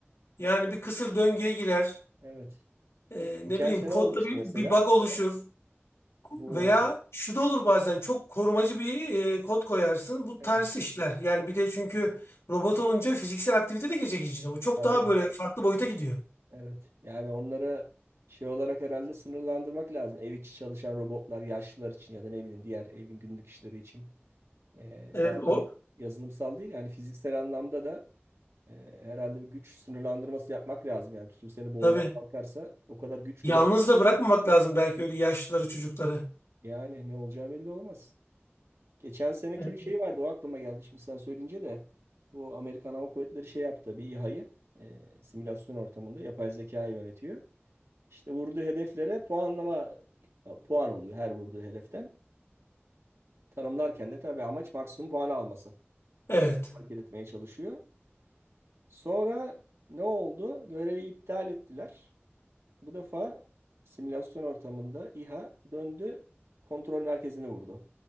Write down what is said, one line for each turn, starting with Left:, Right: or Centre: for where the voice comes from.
Left: Yani bir kısır döngüye girer.
Right: Evet.
Left: E,
Right: Geçen
Left: ne bileyim
Right: sene
Left: kodda
Right: olmuştu
Left: bir,
Right: mesela.
Left: bir bug oluşur.
Right: Bu
Left: Veya şu da olur bazen çok korumacı bir e, kod koyarsın. Bu
Right: Evet,
Left: ters işler. Yani bir de çünkü robot olunca fiziksel aktivite de girecek içine. O çok
Right: tabii.
Left: daha böyle farklı boyuta gidiyor.
Right: Evet. Yani onlara şey olarak herhalde sınırlandırmak lazım. Ev içi çalışan robotlar yaşlılar için ya da ne bileyim diğer evin günlük işleri için. Ee,
Left: E,
Right: sadece
Left: o
Right: yazılımsal değil yani fiziksel anlamda da e, herhalde bir güç sınırlandırması yapmak lazım. Yani tutup seni boğmaya
Left: tabii.
Right: kalkarsa o kadar güç
Left: Yalnız
Right: üret
Left: da bırakmamak lazım belki öyle yaşlıları, çocukları.
Right: yani ne olacağı belli olmaz. Geçen seneki
Left: Evet.
Right: bir şey vardı o aklıma geldi şimdi sen söyleyince de bu Amerikan Hava Kuvvetleri şey yaptı bir İHA'yı e, simülasyon ortamında yapay zekayı yönetiyor. İşte vurduğu hedeflere puanlama puan oluyor her vurduğu hedeften. Tanımlarken de tabii amaç maksimum puan alması.
Left: Evet.
Right: Onu hareket etmeye çalışıyor. Sonra ne oldu? Görevi iptal ettiler. Bu defa simülasyon ortamında İHA döndü kontrol merkezini vurdu.